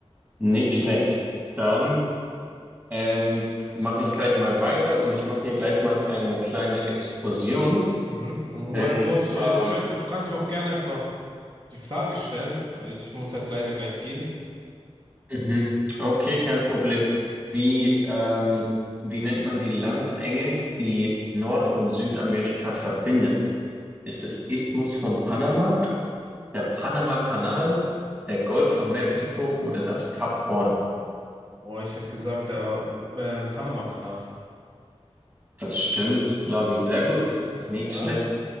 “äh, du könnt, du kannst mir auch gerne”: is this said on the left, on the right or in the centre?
Right